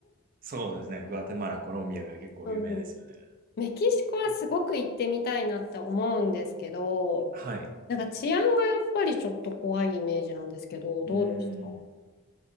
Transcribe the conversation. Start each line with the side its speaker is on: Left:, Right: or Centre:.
Right: そうですね。グアテマラ、コロンビアが結構有名ですよね。
Left: うん、うんメキシコはすごく行ってみたいなって思うんですけど、
Right: えはい。
Left: なんか治安がやっぱりちょっと怖いイメージなんですけど、どうでした
Right: うーん